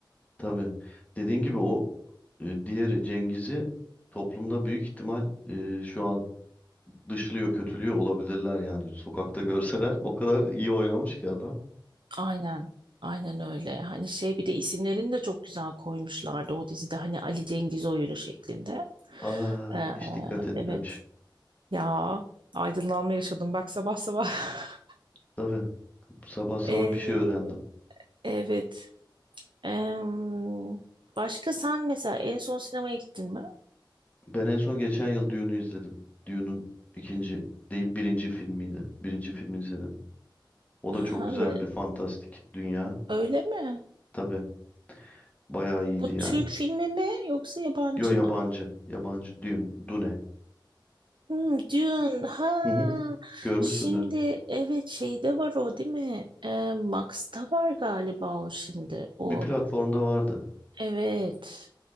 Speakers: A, on the left; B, on the right.
A: tabii. Dediğin gibi o e, diğeri Cengiz'i toplumda büyük ihtimal e, şu an dışlıyor, kötülüyor olabilirler yani. Sokakta görseler o kadar iyi oynamış ki adam.
B: Aynen. Aynen öyle. Hani şey bir de isimlerini de çok güzel koymuşlardı o dizide. Hani Ali Cengiz oyunu şeklinde.
A: Aa,
B: Ee,
A: hiç dikkat etmemiş.
B: evet. Ya aydınlanma yaşadım bak sabah sabah. <laughs>
A: Tabii sabah sabah
B: Ee,
A: bir şey öğrendim.
B: evet. Em, başka sen mesela en son sinemaya gittin mi?
A: Ben en son geçen yıl Dune'u izledim. Dune'un ikinci değil birinci filmiydi. Birinci filmi izledim. O
B: Aha,
A: da çok güzel
B: bir-
A: bir fantastik dünya.
B: öyle mi?
A: Tabii bayağı iyiydi
B: Bu
A: yani.
B: Türk filmi mi yoksa yabancı
A: Yo yabancı.
B: mı?
A: Yabancı Dune. Dune.
B: Hmm, Dune. Ha.
A: Hı hı. Görmüşsündür.
B: Şimdi evet şeyde var o değil mi? Ee, Max'ta var galiba o şimdi. O
A: Bir platformda vardı.
B: evet.